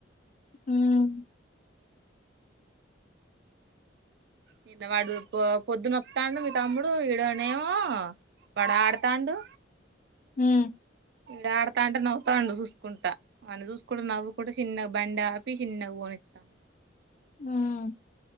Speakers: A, on the left; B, on the right.
A: ఉమ్.
B: నిన్న వాడు పో పొద్దునొత్తా మీ తమ్ముడు ఈడనేమో. వాడు ఆడుతాండు.
A: ఉమ్.
B: ఈడు ఆడతా అంటే నవ్తాండు చూసుకుంటా. అని చూసుకుంటా నవ్వుకుంటా చిన్నగా బండి ఆపి చిన్నగా పోనిస్తాండు.
A: ఉమ్.